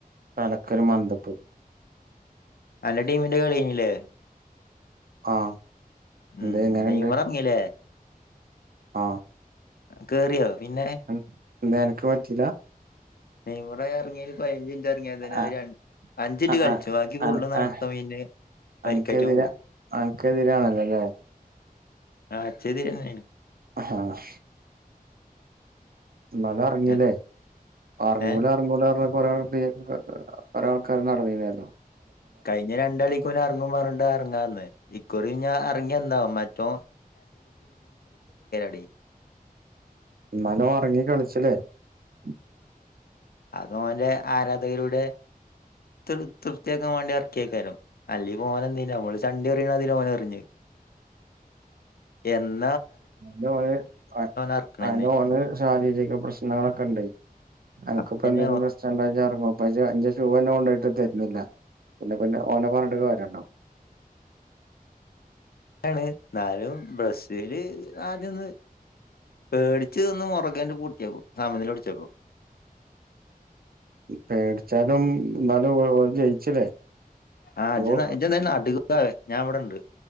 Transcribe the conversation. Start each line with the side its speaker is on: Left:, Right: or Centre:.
Right: തലക്കൊര് മന്തെപ്പ്
Left: അന്റെ ടീമിന്റെ കളിയെനി ലെ
Right: ആഹ്
Left: ഉം
Right: എന്തെ എങ്ങനെണ്ട്
Left: നെയ്മെർ അർങ്ങി ലെ
Right: ആഹ്
Left: കേറിയോ? പിന്നെ
Right: ന് എന്തെ അൻക്ക് പറ്റിലാ
Left: നെയ്മ്മെറ് അറങ്ങെയിന് പയിനെഞ്ച്ന് റങ്ങിയതിനെ ഒര്
Right: ആഹ്
Left: രന് അഞ്ചിറ്റ്
Right: ആഹ്
Left: കളിച്ചു ബാക്കി ഫുള്ള്
Right: അന
Left: നടത്തം
Right: ആഹ്
Left: പിന്നെ പരിക്കേറ്റോൻ
Right: അനക്കെതിരെ
Left: പോവും.
Right: അനക്കെതിരാണല്ലോല്ലേ
Left: ആ ചെരിന്നെയാ.
Right: ആഹ് എന്നാലും ഇറങ്ങീല്ലേ
Left: ഞാൻ
Right: അറങ്ങൂല
Left: ഏഹ്
Right: അറങ്ങൂല എന്ന് ഒരാൾ <inaudible> ഒരാൾക്കാരു നടന്നേനല്ലോ.
Left: കഴിഞ്ഞ രണ്ടാളിക്ക് നെ ഇറങ്ങും പറഞ്ഞണ്ട ഇറങ്ങാന്ന് ഇക്കുറി ഞ ഇറങ്ങ്യാ ന്ന് ന്ത മറ്റോ <unintelligible>
Right: എന്നാലും ഉറങ്ങി കളിച്ചിലേ- -
Left: അത ഓന്റെ ആരാധകയിലൂടെ ത്ത് തൃപ്യാക്കാൻ വേണ്ടി ഇറക്കിയക്കാരും അല്ലീ ഓനെന്തിനാ ഓന് ചണ്ടി എറിയണ അതി ഓനെറിഞ്ഞ്. യെന്ത്
Right: എന്റെ മോന് അ
Left: എറക്കണന്നെ
Right: അ എന്റെ മോന് ശാരീരിക പ്രശ്നങ്ങളൊക്കെ ഇണ്ട് അനക്കിപ്പോ
Left: അപ്പന്നെ
Right: എന്തെലും പ്രശ്നം ഇണ്ടായിഴിഞ്ഞാറെങ്ങോ <unintelligible> കൊണ്ടട്ട് തരുന്നില്ല പിന്നെ പിന്നെ ഓന പറഞ്ഞിട്ട കാര്യണ്ടോ
Left: ണ് എന്നാലും ബ്രസീല് ആദ്യന്ന് പേടിച്ച് ത് ഒന്ന് മുറകേന്റ് പൂട്ടിയപ്പോ സാമനില പിടിച്ചപ്പോ
Right: പേടിച്ചാലും എന്നാലും ഓ ഓൾ ജയിച്ചില്ലേ.
Left: ആഹ്
Right: ഗോൾ
Left: ജ് ജെ എന്തായാലും നാട്ടി <unintelligible> ഞാൻവിടെണ്ട്.